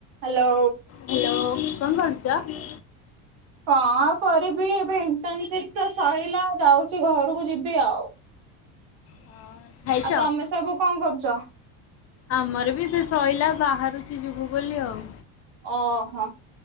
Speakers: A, on the right; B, on the left.
A: Hello.
B: Hello, କଣ କରୁଚ?
A: କଣ କରିବି ଏବେ ଇନର୍ଟନସିପ୍ ତ ସହିଲା ଯାଉଛି ଘରକୁ ଯିବି ଆଉ।
B: ହଁ ଖାଇଛ?
A: ଆଉ ତୋମେ ସବୁ କଣ କରୁଚ?
B: ଆମର ବି ସେ ସଇଲା ବାହାରୁଚି ଯିବୁ ବୋଲି ଆଉ।
A: ଓ ହଁ,